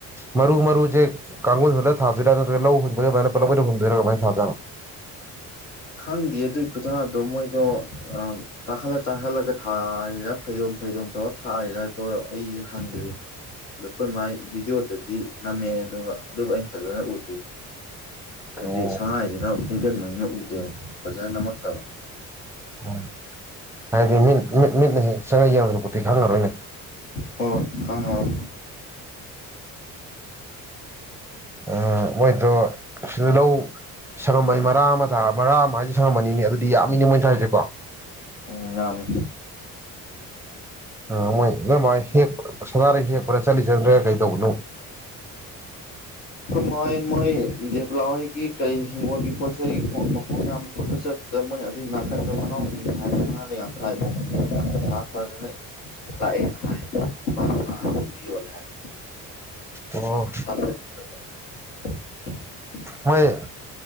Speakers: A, in the centre; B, on the left.
A: ꯃꯔꯨ ꯃꯔꯨꯁꯦ ꯀꯥꯡꯒꯨꯜ ꯍꯨꯜꯂ ꯊꯥꯗ‌ꯣꯏꯔ ꯅꯠꯇ꯭ꯔꯒ ꯂꯧ ꯍꯨꯟꯕꯗꯨꯃꯥꯏꯅ ꯄꯨꯂꯞ ꯑꯣꯏꯅ ꯍꯨꯟꯗꯣꯏꯔꯥ ꯀꯃꯥꯏꯅ ꯊꯥꯗꯣꯏꯖꯅꯣ
B: ꯈꯪꯗꯦ ꯑꯗꯨꯒꯤ ꯈꯨꯊꯥꯗꯣ ꯃꯣꯏꯗꯣ ꯑ ꯇꯥꯈꯠꯂ ꯇꯥꯈꯠꯂꯒ ꯊꯥꯔꯤꯔ ꯐꯩꯗꯣꯝ ꯐꯩꯗꯣꯝ ꯇꯧꯔ ꯊꯥꯔꯤꯔꯗꯣ ꯑꯩ ꯍꯪꯗ꯭ꯔꯤ ꯑꯗ ꯑꯩꯈꯣꯏ ꯃꯥꯏ ꯚꯤꯗꯤꯑꯣꯗꯗꯤ ꯅꯝꯃꯦ ꯑꯗꯨ ꯑꯗꯨꯕꯨ ꯑꯩꯅ ꯐꯖꯅ ꯎꯗ꯭ꯔꯤ ꯍꯥꯏꯗꯤ
A: ꯑꯣ
B: ꯁꯅꯥꯔꯩꯅꯤꯅ ꯀꯨꯡꯁꯟꯕꯅꯤꯅ ꯎꯗꯦꯕ ꯐꯖꯅ ꯅꯝꯃꯛꯇꯕ
A: ꯑꯝ ꯍꯥꯏꯗꯤ ꯃꯤꯠ ꯃꯤꯠ ꯃꯤꯠꯅ ꯍꯦꯛ ꯆꯪꯉ ꯌꯦꯡꯗ꯭ꯔꯄꯣꯠꯇꯤ ꯈꯪꯉꯔꯣꯏꯅꯦ
B: ꯍꯣꯏ ꯈꯪꯉꯔ‌ꯣꯏ
A: ꯎ ꯃꯣꯏꯗꯣ ꯁꯤ ꯂꯧ ꯁꯪꯉꯝꯃꯅꯤ ꯃꯔꯔꯥ ꯑꯃ ꯊꯥꯔꯒ ꯃꯔꯥ ꯑꯃ ꯍꯥꯏꯁꯤꯦ ꯁꯪꯉꯝꯃꯅꯤ ꯑꯗꯨꯗꯤ ꯌꯥꯝꯃꯤꯅꯤ ꯃꯣꯏꯅ ꯊꯥꯔꯤꯁꯦꯀꯣ
B: ꯎ ꯌꯥꯝꯃꯤ
A: ꯑ ꯃꯣꯏ ꯅ ꯃꯥꯏ ꯍꯦꯛ ꯁꯅꯥꯔꯩ ꯍꯦꯛꯄ꯭ꯔꯥ ꯆꯠꯂꯤ ꯆꯠꯗ꯭ꯔꯒ ꯀꯩ ꯇꯧꯕꯅꯣ
B: ꯃꯣꯏ ꯃꯣꯏ ꯗꯦꯕꯂꯥꯥꯎ ꯀ ꯄꯣꯏꯁ ꯃꯈ ꯈꯣꯠꯄ ꯆꯠꯄꯗ ꯃꯣꯏꯅ ꯑꯗꯨꯒꯤ ꯅꯥꯀꯟꯗꯣ ꯃꯅꯥꯎ ꯄꯤꯅꯤ ꯍꯥꯏ ꯁꯅꯥ ꯂꯩꯉꯥꯛ ꯊꯥꯏꯕ ꯄꯩꯁꯥ ꯐꯖꯅ ꯂꯥꯛꯌꯦꯅ ꯍꯥꯏ ꯄꯂ ꯍꯥꯏ ꯌꯣꯜꯂꯦ ꯍꯥꯏ
A: ꯑꯣ
B: ꯁꯅꯥ <unintelligible>
A: ꯍꯣꯏ